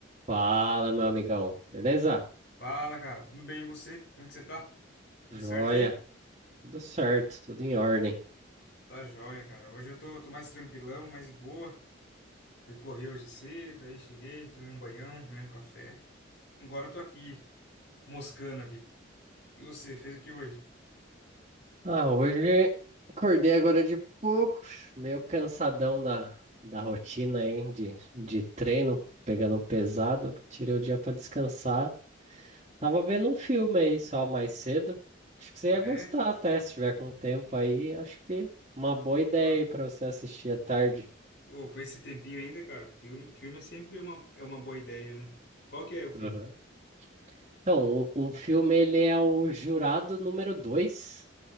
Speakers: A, on the right (about 30°); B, on the left (about 55°).
A: Fala, meu amigão. Beleza?
B: Fala, cara. Tudo bem e você? Como que você tá? Tudo
A: Joia.
B: certo aí?
A: Tudo certo, tudo em ordem.
B: Tá joia, cara. Hoje eu tô, tô mais tranquilão, mais de boa. Fui correr hoje cedo, aí cheguei, tomei um banhão, tomei um café. Agora eu tô aqui, moscando aqui. E você, fez o que hoje?
A: Ah, hoje acordei agora de pouco, meio cansadão da, da rotina aí de, de treino, pegando pesado. Tirei o dia pra descansar. Tava vendo um filme aí só mais cedo. Acho que você ia
B: Ah,
A: gostar
B: é?
A: até, se tiver com tempo aí. Acho que uma boa
B: Opa!
A: ideia aí pra você assistir à tarde.
B: Ô, com esse tempinho ainda, cara, filme, filme é sempre uma, é uma boa ideia, né? Qual que é o filme?
A: Aham. Então, o, o filme ele é o Jurado número dois.